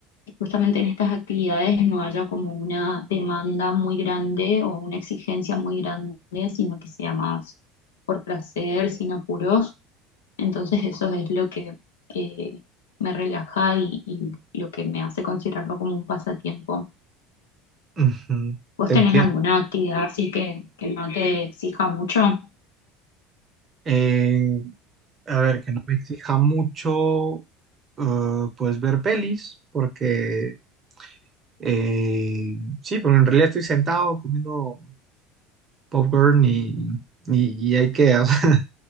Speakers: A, on the left; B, on the right.
A: justamente en estas actividades, no haya como una demanda muy grande o una exigencia muy grande, sino que sea más por placer, sin apuros entonces eso es lo que eh, me relaja y, y lo que me hace considerarlo como un pasatiempo.
B: Ujú,
A: ¿Vos
B: Te
A: tenés
B: entiendo.
A: alguna actividad así que, que no te exija mucho?
B: Eh, a ver, que no me exija mucho, eh, pues ver pelis, porque eh, sí, pero en realidad estoy sentado comiendo popcorn y, y, y IKEA, <laughs> o sea,